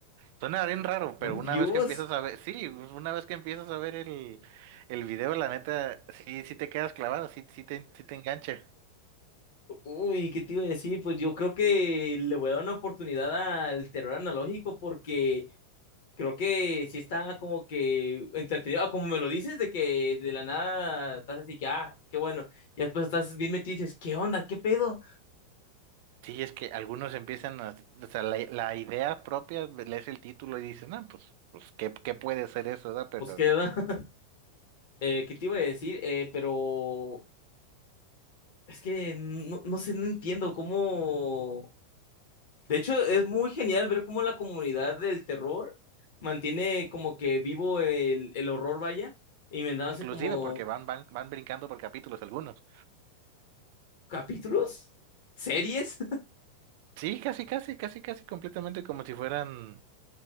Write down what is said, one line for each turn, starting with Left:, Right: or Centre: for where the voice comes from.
Right: Suena bien raro,
Left: Por
Right: pero una
Left: Dios.
Right: vez que empiezas a ver, sí, pues, una vez que empiezas a ver el, el video, la neta, sí, sí te quedas clavado, sí, sí te, sí te engancha.
Left: Uy, ¿qué te iba a decir? Pues yo creo que le voy a dar una oportunidad al terror analógico porque creo que sí está como que entretenido, Ah, como me lo dices, de que de la nada estás así que, ah, qué bueno, y después estás bien metido y dices, ¿qué onda? ¿Qué pedo?
Right: Sí, es que algunos empiezan a, o sea, la, la idea propia, lees el título y dices, no, pues, pues, ¿qué, qué puede ser eso, verdad? Pero,
Left: Pues queda. <laughs> Eh, ¿qué te iba a decir? Eh, pero es que no, no sé, no entiendo cómo... De hecho, es muy genial ver cómo la comunidad del terror mantiene como que vivo el, el horror, vaya inventándose
Right: inclusive
Left: como
Right: porque van, van, van brincando por capítulos algunos.
Left: capítulos, series.
Right: Sí, casi, casi, casi, casi completamente como si fueran